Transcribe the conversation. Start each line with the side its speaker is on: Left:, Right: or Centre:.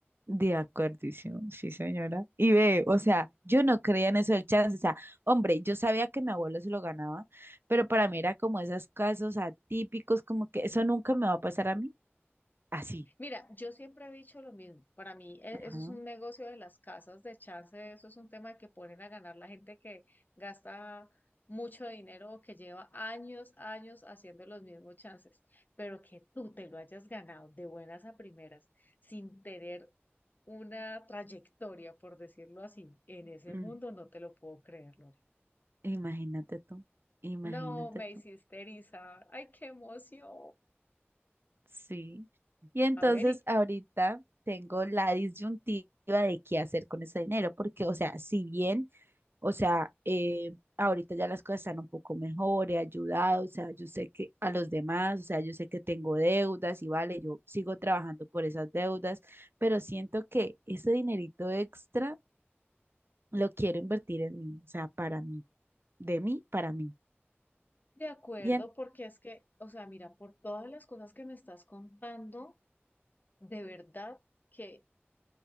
Right: De acuerdísimo, sí, señora. Y ve, o sea, yo no creía en eso del chance. O sea, hombre, yo sabía que mi abuelo se lo ganaba, pero para mí era como esos casos atípicos, como que eso nunca me va a pasar a mí. Así.
Left: Mira, yo siempre he dicho lo mismo. Para mí, e-
Right: Ajá.
Left: eso es un negocio de las casas de chance, eso es un tema de que ponen a ganar la gente que gasta mucho dinero o que lleva años, años haciendo los mismos chances. Pero que tú te lo hayas ganado de buenas a primeras, sin tener una trayectoria, por decirlo así, en ese
Right: mm,
Left: mundo, no te lo puedo creer, Lore.
Right: Imagínate tú, imagínate
Left: No, me
Right: tú.
Left: hiciste erizar. ¡Ay, qué emoción!
Right: Sí. Y entonces
Left: A ver, ¿y,
Right: ahorita tengo la disyuntiva de qué hacer con ese dinero, porque, o sea, si bien O sea, eh, ahorita ya las cosas están un poco mejor, he ayudado, o sea, yo sé que a los demás, o sea, yo sé que tengo deudas y vale, yo sigo trabajando por esas deudas, pero siento que ese dinerito extra lo quiero invertir en mí, o sea, para mí, de mí, para mí.
Left: De acuerdo,
Right: Bien,
Left: porque es que, o sea, mira, por todas las cosas que me estás contando, de verdad que